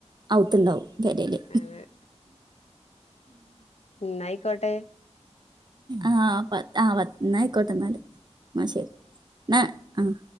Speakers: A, on the right; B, on the left.
A: ഔത്തുണ്ടാവും പെരേല്
B: അതെ ഇന്നയികോട്ടെ
A: ആഹ് പൻ ആ പൻന്ന ഇന്നാ ആയിക്കോട്ടെ ഇന്നാല് ആ
B: ആഹ്
A: ശരി ണെ ആഹ്